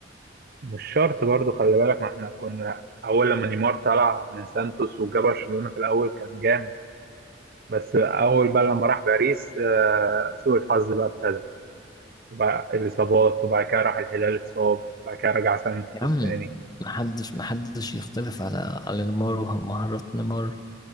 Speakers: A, on the right (about 50°); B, on the left (about 20°).
A: مش شرط برضو خلي بالك ما احنا كنا اول لما نيمار طلع من سانتوس وجا برشلونة في الاول كان جامد بس اول بقى لما راح باريس آه، سوء الحظ بقى ابتدى بقى الاصابات وبعد كده راح الهلال اتصاب وبعد كده رجع سانتوس
B: يا عم
A: تاني
B: محدش محدش يختلف على على نيمار ومهارات نيمار